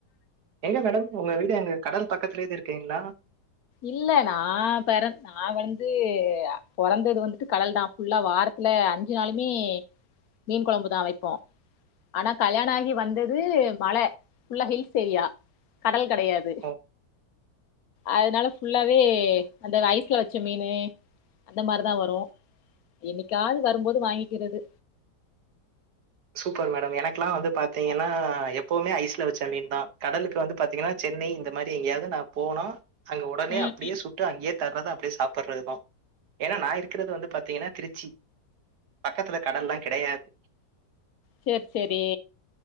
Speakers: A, on the right (about 70°); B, on the left (about 65°).
A: எங்க மேடம் உங்க வீடு எங்க கடல் பக்கத்தலேதே இருக்கீங்களா
B: இல்ல நா பெற நா வந்து பொறந்தது வந்துட்டு கடல் தான் புல்லா வாரத்துல அஞ்சு நாளுமே மீன் கொலம்பு தான் வைப்போம் ஆனா கல்யாண ஆகி வந்தது மல புல்லா ஹில்ஸ் ஏரியா கடல் கிடயாது
A: ஓ!
B: அனால ஃபுல்லாவே அந்த ஐசுல வச்ச மீனு அந்த மாரிதான் வரும் என்னிக்காது வரும்போது வாங்கிக்கிறது
A: சூப்பர் மேடம் எனக்குல்லாம் வந்து பாத்தீங்கன்னா எப்வுமே ஐஸ்ல வச்ச மீன் தான் கடலுக்கு வந்து பாத்தீங்கன்னா சென்னை இந்த மாரி எங்கேயாவது நான் போனா அங்க உடனே
B: ம்
A: அப்டியே சுட்டு அங்கயே தர்றத அப்டியே சாப் பட்றதுதான் ஏனா நா இருக்கறிறது வந்து பாத்தீங்கன்னா திருச்சி பக்கத்துல கடல்லா கிடயாது
B: செரி செரி